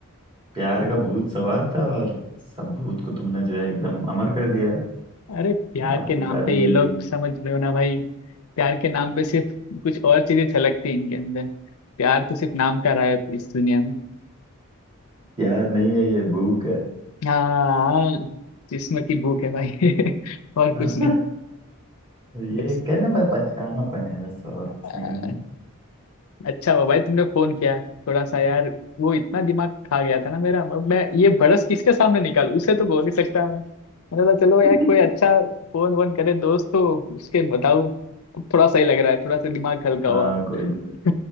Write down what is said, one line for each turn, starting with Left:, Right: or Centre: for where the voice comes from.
Right: प्यार का भूत सवार था और सब भूत को तुमने जो है एकदम अमर कर दिया
Left: अरे प्यार
Right: भाग
Left: के
Right: के
Left: नाम
Right: शादी
Left: पे
Right: कर
Left: ये लोग
Right: ली
Left: समझ रहे हो ना भाई प्यार के नाम पे सिर्फ कुछ और चीजें छलकती हैं इनके अंदर प्यार तो सिर्फ नाम का रहा है इस दुनिया में
Right: प्यार नहीं है ये भूख है
Left: हाँ जिस्म की भूख है भाई <laughs> और कुछ
Right: <laughs>
Left: नहीं बस
Right: ये कहने में बचकानापन है बस और कुछ
Left: अ,
Right: नहीं है
Left: अच्छा हुआ भाई तुमने फोन किया थोड़ा सा यार वो इतना दिमाग खा गया था ना मेरा अब मैं ये भड़स किसके सामने निकालूं उसे तो बोल नहीं सकता मैं मैंने बोला चलो यार
Right: <laughs>
Left: कोई अच्छा फोन वोन करे दोस्त तो उसके बताऊं अब थोड़ा सही लग रहा है थोड़ा सा दिमाग हल्का
Right: हाँ
Left: हुआ
Right: कोई नहीं
Left: <laughs>